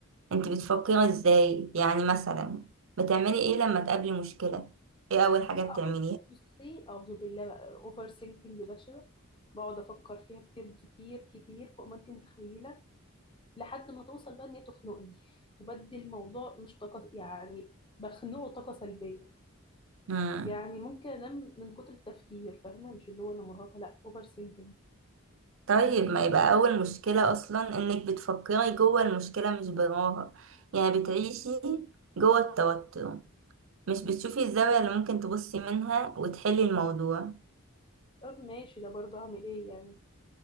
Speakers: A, on the right; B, on the left.
A: انت بتفكري ازاي يعني مثلا بتعملي ايه لما تقابلي مشكلة ايه أول حاجة
B: بقعد
A: بتعمليها
B: بصي اعوذ بالله بقى اوفر ثينكينج بشع بقعد افكر فيها كتير كتير كتير فوق ما انت متخيله لحد ما توصل بقى ان هي تخنقني وبدي الموضوع مش طاقه يعني بخنقه طاقه سلبيه
A: مم.
B: يعني ممكن انام من كتر التفكير فاهمه مش اللي هو انا مرهقه لا اوفر ثينكينج
A: طيب ما يبقى أول مشكلة أصلا انك بتفكري جوه المشكلة مش براها يعني بتعيشي جوه التوتر مش بتشوفي الزاوية اللي ممكن تبصي منها وتحلي الموضوع
B: طب ماشي ده برضه اعمل ايه يعني